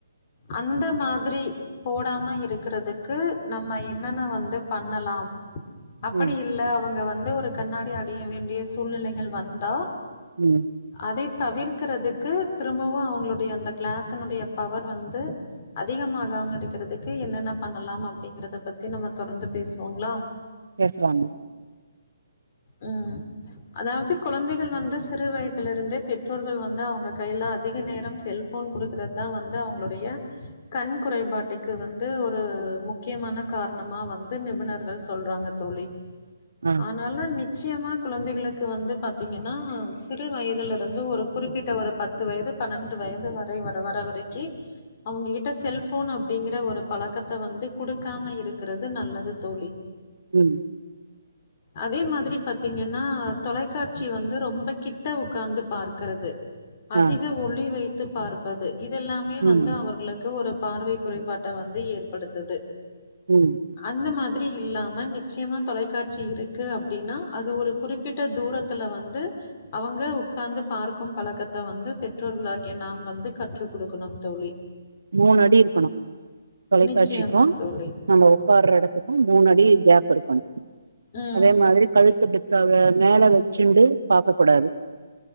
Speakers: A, on the left; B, on the right.
A: அந்த மாதிரி போடாம இருக்கிறதுக்கு நம்ம என்னன்ன வந்து பண்ணலா அப்படி
B: ம்
A: இல்ல அவங்க வந் வந்து ஒரு கண்ணாடி அடைய வேண்டிய சூழ்நிலைகள் வந்தா
B: உ
A: அத தவிர்க்கரதுக்கு திரும்பவு அவங்களுடைய அந்த கிளாஸினுடைய பவர் வந்து அதிகமாகாம இருக்கிறதுக்கு என்னென்ன பண்ணலாம் அப்படிங்கறத பத்தி நம்ம தொடர்ந்து பேசுவோங்களா
B: பேசலாம்
A: உ அதாவது குழந்தைகள் வந்து சிறு வயதுல இருந்தே பெற்றோர்கள் வந்து அவங்க கையில அதிக நேரம் செல்ஃபோன் குடுக்கறது தா வந்து அவங்களுடைய கண் குறைபாட்டுக்கு வந்து ஒரு முக்கியமான காரணமா வந்து நிபுணர்கள் சொல்றாங்க தோழி
B: ஆ
A: ஆனாலு நி நிச்சயமா குழந்தைகளுக்கு வந்து பாத்தீங்கன்னா சிறு வயதுலருந்து ஒரு குறிப்பிட்ட ஒரு பத்து வயது பன்னெண்டு வயது வரை வர வர வரைக்கி அவங்ககிட்ட செல்ஃபோன் அப்டிங்கற ஒரு பழக்கத்த வந்து குடுக்காம இருக்கிறது நல்லது தோழி
B: ம்
A: அதே மாதிரி பாத்தீங்கன்னா தொலைக்காட்சி வந்து ரொம்ப கிட்ட உக்காந்து பாக்கிறது அதிக
B: ஆ
A: ஒளி வை து பார்ப்பது இதுஎல்லாமே வந்து
B: ம்
A: அவர்களுக்கு ஒரு பார்வை குறைபாட்ட வந்து ஏற்படுத்துது
B: ம்
A: அந்த மாத் மாத்ரி இல்லாம நிச்சயமா தொலைக்காட்சி இருக்கு அப்டின்னா அது ஒரு குறிப்பிட்ட தூரத்துல வந்து அவங்க உக்கார்ந்து பார்க்கும் பழக்கத்த வந்து பெற்றோர்களாகிய நாம் வந்து கற்று குடுக்கணு தோழி
B: மூணு அடி இருக்கணு தொலைக்காட்சிக்கும்
A: நிச்சயமா தோழி.
B: நம்ம உக்கார்ற எடத்து கு மூணு அடி கேப் இருக்கணு
A: ம்.
B: அதே மாதிரி கழுத்து வச்சாக மேல வச்ச சிண்டு பாக்க கூடாது